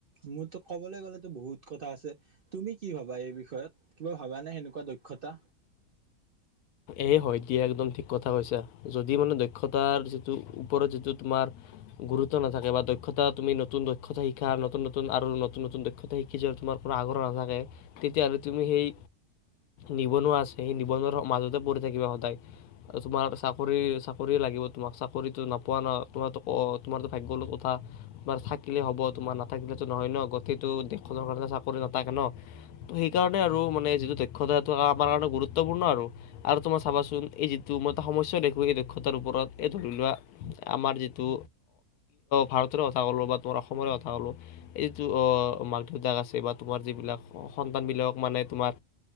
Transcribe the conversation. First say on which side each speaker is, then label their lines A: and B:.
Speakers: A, on the right; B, on the left.
A: মোৰ কবলৈ গলেতো বহুত কথা আছে তুমি কি ভাবা এই বিষয়ে বিষয়ত কিবা ভবানে সেনেকুৱা দক্ষতা
B: এই হয় দিয়া একদম ঠিক কথা কৈছা যদি মানে দক্ষতাৰ যিটো ওপৰত যিটো তোমাৰ গুৰুত্ব নাথাকে বা দক্ষতা তুমি নতুন দক্ষ কথা শিকা নতুন নতুন আৰু নতুনতন দক্ষতা শিকি য তোমাৰ কোনো আগ্ৰহ নাথাকে তেতিয়াহ'লে তুমি সেই নিবনুৱা আছে সেই নিবনুৱ মাজত ঢ় থাকিব সদায় তোমাৰ চাকৰি চাকৰিয়ে লাগিব তোমাক চাকৰিতো নপোৱা ন তোমাৰো তোমাৰো ভাগ্ল কথা তোমাৰ থাকিলে হব তোমাৰ নাথাকিলো নহয় ন গোতেইটো দেশখনৰ কাৰণ চাকৰি নাথাকে ন ত সেইকাৰণে আৰু মানে যিটো দক্ষতাটো আমাৰ কাৰ গুৰুত্বপূৰ্ণ আৰু আৰু তোমাৰ চাবাচোন এই যিটো মই এটা সমস্যা দেখোঁ এই দক্ষতাৰ ওপৰত এই ধৰি লোৱা আমাৰ যিটো ভাৰতৰে কথা ক'লোঁ বা তোমাৰ অসমৰে কথা ক'লোঁ এই যিটো মাক দেউতাক আছে বা তোমাৰ যিবিলাক সন্তানবিলাকক মানে তোমাৰ